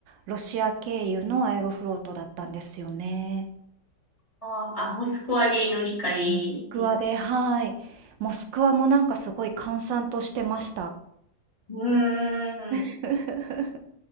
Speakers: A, on the right; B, on the left.
A: ロシア経由のアエロフロートだったんですよね。
B: ああ、モスクワで乗り換えです。
A: モスクワで、はい。モスクワもなんかすごい閑散としてました。
B: うーん。
A: <laughs>